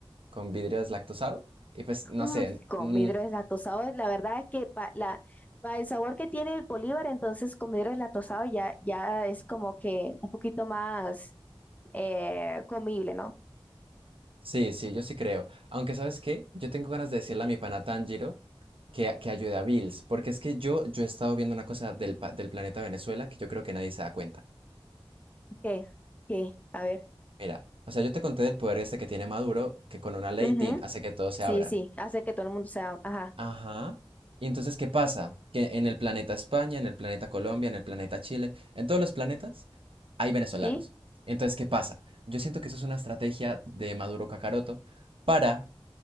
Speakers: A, on the right; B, on the left.
A: con vidrio deslactosado y pues no
B: Uy,
A: sé.
B: con
A: mm,
B: vidrio deslactosado, la verdad es que pa- la, pa el sabor que tiene el Bolívar, entonces con vidrio deslactosado ya, ya es como que un poquito más eh, comible, ¿no?
A: sí, sí, yo sí creo. Aunque ¿sabes qué? Yo tengo ganas de decirle a mi pana Tanjiro que, que ayude a Bills, porque es que yo, yo he estado viendo una cosa del, pa- del planeta Venezuela que yo creo que nadie se da cuenta.
B: ¿Qué? ¿Qué? A ver.
A: Mira, o sea, yo te conté del poder este que tiene Maduro, que con una ley,
B: Ujú.
A: tin, hace que todos
B: Sí,
A: se abran.
B: sí, hace que todo el mundo sea, ajá,
A: Ajá. Y entonces, ¿qué pasa? Que en el planeta España, en el planeta Colombia, en el planeta Chile, en todos los planetas hay venezolanos.
B: ¿sí?
A: Entonces, ¿qué pasa? Yo siento que eso es una estrategia de Maduro Cacaroto para